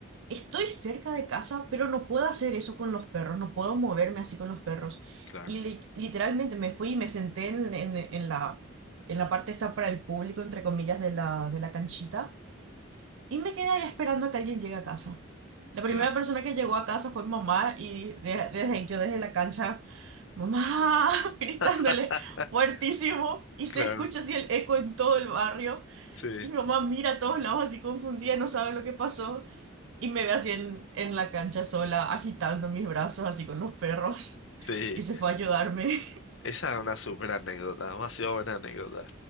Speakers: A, on the right; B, on the left.
A: Estoy cerca de casa, pero no puedo hacer eso con los perros, no puedo moverme así con los perros.
B: Claro,
A: Y li- literalmente me fui y me senté en, en- en la, en la parte esta para el público, entre comillas, de la, de la canchita. Y me quedé ahí esperando a que alguien llegue a casa. La primera
B: claro.
A: persona que llegó a casa fue mamá y de- desde, yo desde la cancha, mamá, <laughs> gritándole
B: <laughs>
A: fuertísimo y
B: Claro,
A: se escucha así el eco en todo el barrio.
B: sí,
A: Y mi mamá mira a todos lados así confundida, no sabe lo que pasó. Y me ve así en, en la cancha sola, agitando mis brazos así con los perros. <laughs>
B: sí.
A: Y se fue a ayudarme. <laughs>
B: Esa es una súper anécdota, demasiado buena anécdota.